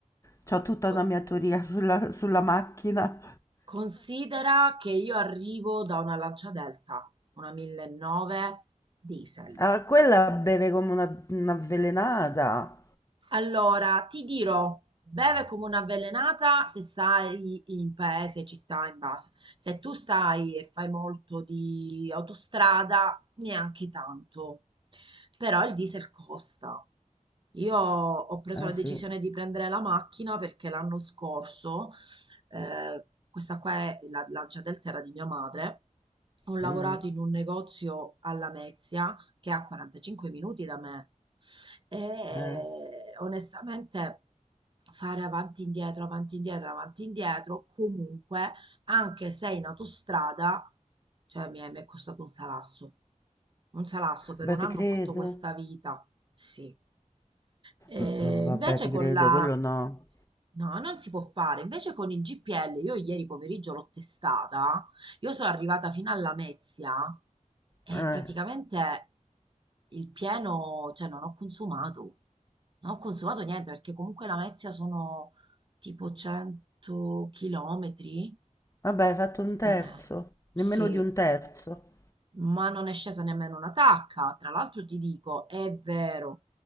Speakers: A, on the left; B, on the right.
A: C'ho tutta
B: Co-
A: una mia teoria sulla, sulla macchina.
B: Considera che io arrivo da una Lancia Delta, una mille e nove diesel.
A: Ah, quella beve come una, un'avvelenata.
B: Allora, ti dirò, beve come un'avvelenata se stai in paese, città, in base. Se tu stai e fai molto di autostrada, neanche tanto. Però il diesel costa. Io ho preso
A: Eh
B: la decisione
A: sì,
B: di prendere la macchina perché l'anno scorso, eh, questa qua è la, la Gia Delta era di mia madre, ho lavorato
A: Mm,
B: in un negozio alla Lamezia che è a 45 minuti da me. E eh,
A: eh.
B: onestamente fare avanti e indietro, avanti e indietro, avanti e indietro, comunque, anche se in autostrada, cioè mi è, mi è costato un salasso. Un salasso per
A: Beh,
B: un
A: te
B: anno
A: credo.
B: ho fatto questa vita, sì. E
A: Mm, No, vabbè,
B: invece
A: ti
B: con
A: credo,
B: la
A: quello no.
B: No, non si può fare. Invece con il GPL, io ieri pomeriggio l'ho testata, io sono arrivata fino alla Lamezia e
A: Eh,
B: praticamente il pieno, cioè non ho consumato, non ho consumato niente perché comunque la Lamezia sono tipo 100 chilometri,
A: vabbè, hai fatto un terzo,
B: più o meno, sì,
A: nemmeno di un terzo.
B: ma non è scesa nemmeno una tacca. Tra l'altro ti dico, è vero,